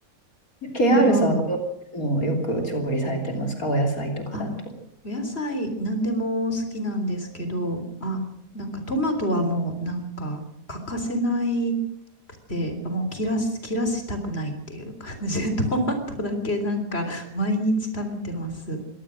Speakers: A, on the left; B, on the left.
A: <laughs>
B: なるほど。
A: KR さんはどういうのをよく調理されてますかお野菜とかだと。
B: あ、お野菜何でも好きなんですけど、あ、なんかトマトはもうなんか欠かせないくて、もう切らす、切らしたくないっていう感じで、<laughs> トマトだけなんか毎日食べてます。